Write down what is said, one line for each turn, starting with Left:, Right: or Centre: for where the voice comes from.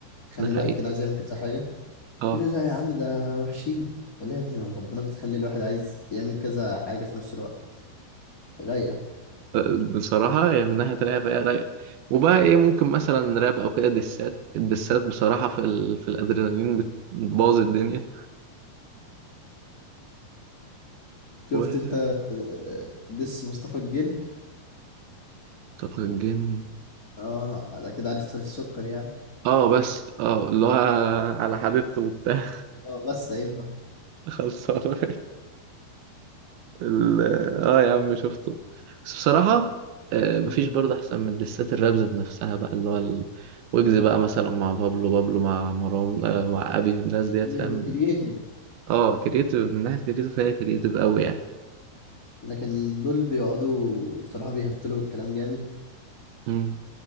Left: تخلي
Right: ده حقيقي
Left: الواحد كده عايز يعمل كذا حاجه
Right: آه
Left: يقول لي لا يا عم ده وحشين ولا يا ابني ربنا بتخلي الواحد عايز يعمل كذا حاجة في نفس الوقت رايقة
Right: آه، بصراحة يعني من ناحية رايقة فهي رايقة وبقى إيه ممكن مثلا راب أو كده دسات الدسات بصراحة في, ال... في الأدرينالين بت- بتبوظ الدنيا
Left: شفت
Right: ومصطفى
Left: انت آه، دس مصطفى الجن
Right: الجن
Left: اه ده كده عارف فارس السكر يعني
Right: آه بس آه اللي هو على حبيبته وبتاع
Left: اه بس عيب بقى
Right: <laughs> خلصانة ال... اه يا عم شفته بس بصراحة آه مفيش
Left: مم.
Right: برضه أحسن من دسات الراب ذات نفسها بقى اللي هو ال- ويجز بقى مثلا مع بابلو بابلو مع مروان آه مع أبي والناس ديت
Left: بيبقى
Right: فاهم
Left: كرييتيف
Right: اه كريتيف من ناحية كريتيف فهي كريتيف أوي يعني
Left: لكن دول بيقعدوا بصراحة بيهرتلوا الكلام جامد
Right: امم